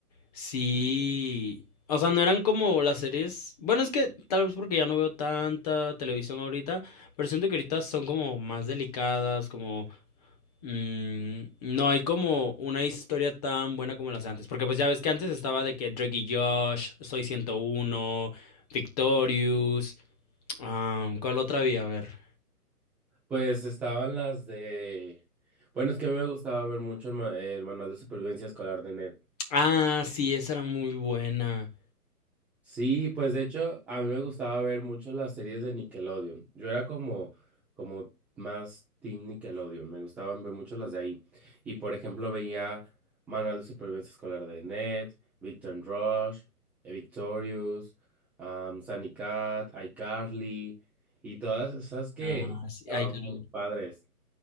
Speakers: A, on the left (about 25°); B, in the centre.
A: sí. O sea, no eran como las series. Bueno, es que tal vez porque ya no veo tanta televisión ahorita, pero siento que ahorita son como más delicadas, como... mm, no hay como una historia tan buena como las de antes, porque pues ya ves que antes estaba de que Drake y Josh, Soy ciento uno Victorious, ah, ¿cuál otra había? A ver.
B: Pues estaban las de... Bueno, es que a mí me gustaba ver mucho el, ma- el manual de supervivencia escolar de Ned.
A: Ah, sí, esa era muy buena.
B: Sí, pues de hecho a mí me gustaba ver mucho las series de Nickelodeon. Yo era como, como más team Nickelodeon. Me gustaban ver mucho las de ahí. Y por ejemplo veía Manual de Supervivencia Escolar de Ned, Victor and Rush, eh, Victorious, um, Sunny Cat, iCarly y todas esas que
A: Ah, sí,
B: estaban
A: ay, claro.
B: muy padres.